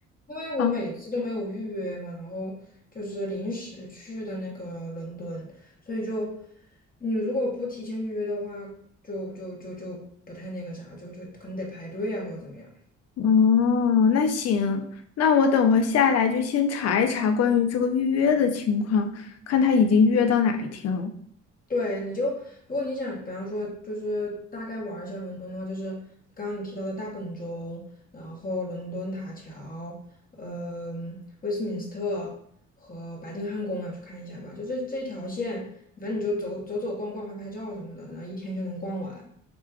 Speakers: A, on the left; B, on the left.
A: 因为我每次都没有预约嘛，
B: 好，
A: 然后就是临时去的那个伦敦，所以就你如果不提前预约的话，就就就就不太那个啥，就就可能得排队啊或者怎么样。
B: 哦，那行，那我等会儿下来就先查一查关于这个预约的情况，看他已经预约到哪一天了。
A: 对，你就如果你想，比方说，就是大概玩儿一下伦敦的话，就是刚刚你提到的大本钟，然后伦敦塔桥，嗯、威斯敏斯特和白金汉宫啊，去看一下吧。就这这一条线，反正你就走走走逛逛、拍拍照什么的，然后一天就能逛完。